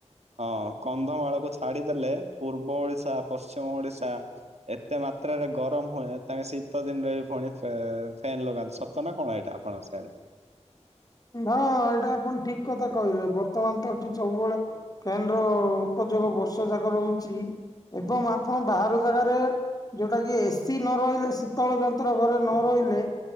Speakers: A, on the right; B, on the left.
A: ହଁ କନ୍ଧମାଳକୁ ଛାଡିଦେଲେ ପୂର୍ବ ଓଡିଶା ପଶ୍ଚିମ ଓଡିଶା। ଏତେ ମାତ୍ରାରେ ଗରମ ହୁଏ ତାଙ୍କେ ଶୀତ ଦିନରେ ବି ଫୁଣି ଫ୍ୟାନ ଫ୍ୟାନ୍ ଲଗାନ୍ତି ସତ୍ ଶିତ ନା କଣ ଏଇଟା ଆପଣଙ୍କ ସିଆଡେ।
B: ହଁ ଏଇଟା ଆପଣ ଠିକ କଥା କହିଲେ ବର୍ତ୍ତମାନ ତ ଏଠି ସବୁବେଳେ ଫ୍ୟାନ ର ଉପଯୋଗ ବର୍ଷ ଜାକ ରହୁଛି ଏବଂ ଆପଣ ବାହାର ଜାଗାରେ ଯୋଉଟା କି ଏସିି ନ ରହିଲେ ଶୀତଳ ଯନ୍ତ୍ର ଘରେ ନ ରହିଲେ